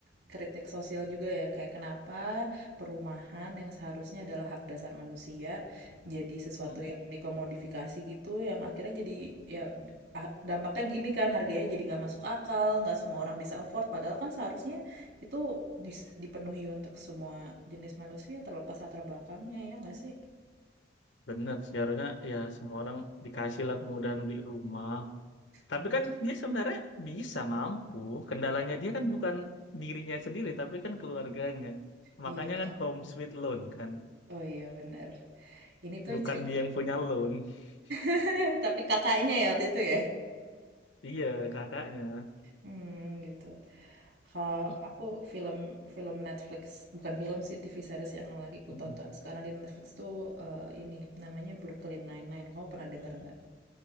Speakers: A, on the right; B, on the left.
A: kritik sosial juga ya kayak kenapa perumahan yang seharusnya adalah hak dasar manusia jadi sesuatu
B: Hmm,
A: yang dikomodifikasi gitu yang akhirnya jadi ya ah, dampaknya gini kan harganya jadi nggak masuk akal nggak semua orang bisa afford padahal kan seharusnya itu dis- dipenuhi untuk semua jenis manusia terlepas latar belakangnya ya nggak sih?
B: Bener sih, harusnya ya semua orang dikasih lah kemudahan beli rumah. Tapi
A: Bener.
B: kan dia sebenarnya bisa mampu. Kendalanya dia kan bukan dirinya sendiri, tapi kan keluarganya.
A: Iya.
B: Makanya kan home sweet loan kan.
A: Oh iya bener. Ini tuh
B: Bukan
A: cerita.
B: dia yang punya loan. <laughs>
A: <laughs> Tapi kakaknya ya waktu itu ya?
B: Iya, kakaknya.
A: Hmm, gitu. Kalau
B: Eh,
A: aku film film Netflix, bukan film sih, TV series yang lagi ku
B: mm-mm.
A: tonton sekarang di Netflix tuh eh, ini namanya Brooklyn Nine-Nine. Kamu pernah denger nggak?